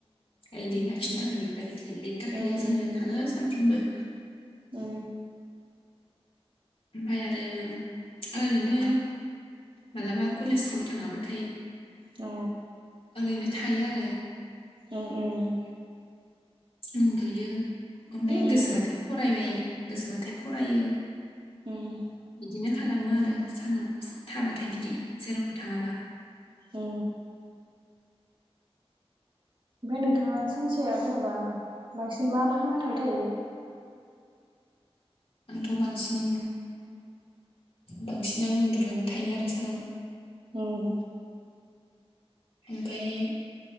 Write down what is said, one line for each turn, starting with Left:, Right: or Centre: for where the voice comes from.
Left: हेलडि लाखिनो थाखायनो <unintelligible> बेनि थाखायनो
Right: उम
Left: जोङो थाङो सानफ्रोमबो
Right: उम
Left: ओमफ्राय आरो ओरैनो मालाबा कलेजफ्राव थाङाबाथाय
Right: अ
Left: ओरैनो थायो आरो
Right: उम उम
Left: उनदुयो ओमफ्राय
Right: उम
Left: गोसोबाथाय फरायबाय गोसोबाथाय फरायो।
Right: उम
Left: बिदिनो खालामो आरो सानाव थाबाथाय बिदि जेन'बा थाङाबा
Right: अ ओमफ्राय नोंथाङा सानसेया जेन'बा बांसिन मा मा खामना थाबाय थायो?
Left: आंथ' बांसिन बांसिन आं उन्दुनानै थायो आरो सानाव।
Right: उम
Left: ओमफाय